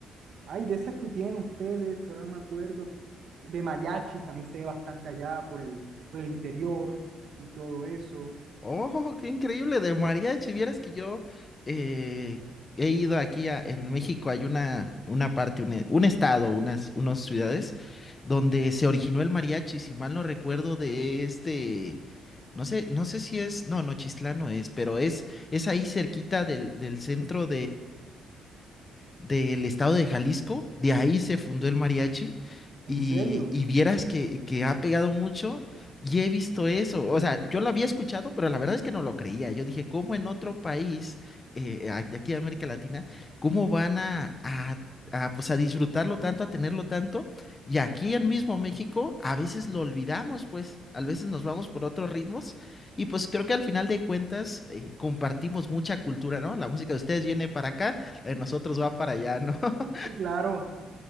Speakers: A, on the right; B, on the left.
A: Ay, de esas que tienen ustedes, que ahora no me acuerdo, de mariachi, también se ve bastante allá por el, por el interior y todo eso.
B: Oh, qué increíble, de mariachi. Vieras que yo eh, he ido aquí a- en México, hay una, una parte, un, e- un estado, unas, unas ciudades donde se originó el mariachi, si mal no recuerdo, de este, no sé, no sé si es, no, Nochistlán no es, pero es, es ahí cerquita del, del centro del estado de Jalisco, de ahí se fundó el mariachi y,
A: ¿En serio?
B: y vieras que, que ha pegado mucho y he visto eso, o sea, yo lo había escuchado, pero la verdad es que no lo creía, yo dije, ¿cómo en otro país eh, a- de aquí de América Latina, cómo van a, a, a, pues, a disfrutarlo tanto, a tenerlo tanto? Y aquí en mismo México a veces lo olvidamos, pues, a veces nos vamos por otros ritmos. Y pues creo que al final de cuentas eh, compartimos mucha cultura, ¿no? La música de ustedes viene para acá, en nosotros va para allá, ¿no? <laughs>
A: Sí, claro.